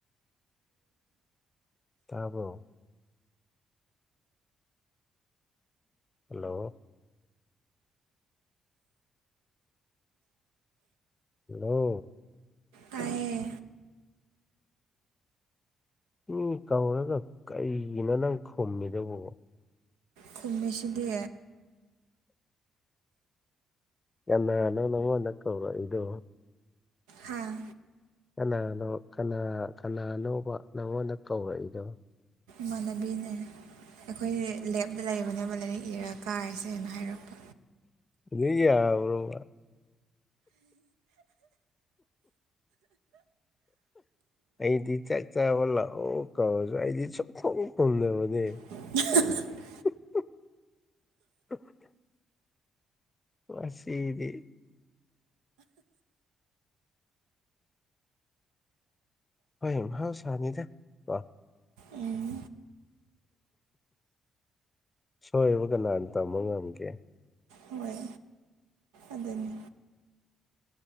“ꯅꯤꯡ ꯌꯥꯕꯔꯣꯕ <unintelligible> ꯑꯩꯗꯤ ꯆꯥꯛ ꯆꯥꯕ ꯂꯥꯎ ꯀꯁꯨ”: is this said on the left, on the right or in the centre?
Left